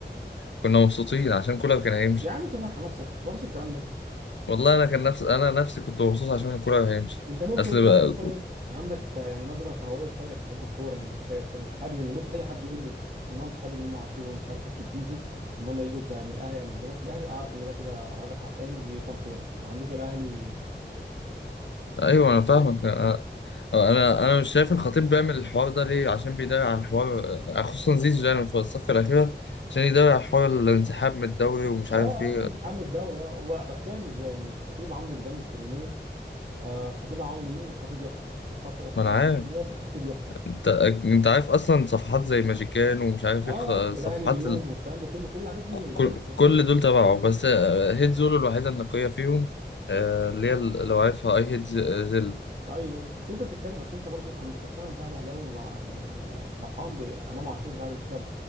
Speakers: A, on the left; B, on the right.
A: كنا مبسوطين عشان كولر كان هيمشي
B: يا عم انت تضحك على نفسك بلاش الكلام ده
A: والله انا كان نفس انا نفسي كنت مبسوط عشان كولر هيمشي
B: انت ممكن
A: اصل
B: انت واحد
A: بقى...
B: مثلا ايه عندك آه، يعني نظره كرويه شويه بتحب الكوره يعني انت ك- انت مش حابب ان بص اي حد يقول لي ان هو مش حابب امام عاشور ومش حابب حته زيزو ان هم يجوا زي- من الاهلي من الزمالك للاهلي اعرف ان ده كده راجل حقاني وبيفهم كوره ما عندوش الاهلي
A: ايوه
B: <laughs> الحاجات
A: انا فاهمك
B: اللي-
A: انا انا انا مش شايف الخطيب بيعمل الحوار ده ليه عشان بيدافع عن الحوار خصوصا زيزو يعني في الصفقه الاخيره عشان يدافع عن حوار الانسحاب من الدوري ومش
B: اه
A: عارف ايه
B: اه انسحاب الدوري اه هو بس كده ان زي- ان الخطيب عنده لجان الكترونيه آه الخطيب لو عمل يمين الخطيب يحكم الخط- الخطيب
A: ما انا
B: لو
A: عارف
B: عمل شمال الخطيب يحكم
A: انت انت عارف اصلا صفحات زي ماجيكان ومش عارف
B: اه
A: ايه الخ...
B: والاهلي
A: صفحات
B: اليوم والكلام ده كله كل الحاجات دي
A: كل
B: لجان الكترونيه
A: كل دول تبعه بس هيد زولو الوحيدة النقية فيهم آه، اللي هي ال- لو عارفها اي هيد زيل
B: ايوه ايوه بس انت بتتكلم اصل انت برضو انا مش مقتنع ان في واحد اهلاوي مع يعني فرحان بامام عاشور بعد ما شتم